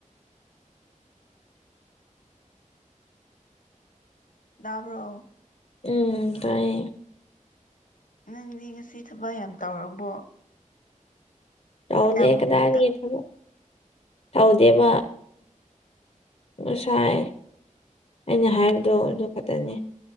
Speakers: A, on the left; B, on the left.
A: ꯇꯕ꯭ꯔꯣ
B: ꯎ ꯇꯥꯏ
A: ꯅꯪꯗꯤ ꯉꯁꯤ ꯊꯕꯛ ꯌꯥꯝ ꯇꯧꯔꯕꯣ
B: ꯇꯧꯗꯦ
A: ꯀꯌꯥꯃꯨꯛꯇꯤ
B: ꯀꯗꯥꯏꯔꯤ
A: ꯇ
B: ꯊꯕꯛ ꯇꯧꯗꯦꯕ ꯉꯁꯥꯏ ꯑꯩꯅ ꯍꯥꯏꯕꯗꯣ ꯑꯗꯨ ꯈꯛꯇꯅꯤ